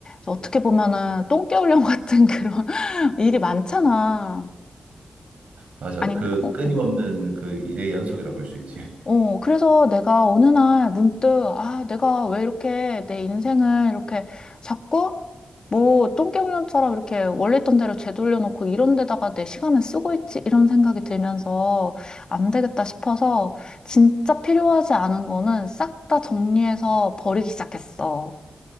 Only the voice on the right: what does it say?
맞아.
그
끊임없는
그 일의 연속이라 볼 수 있지. <laughs>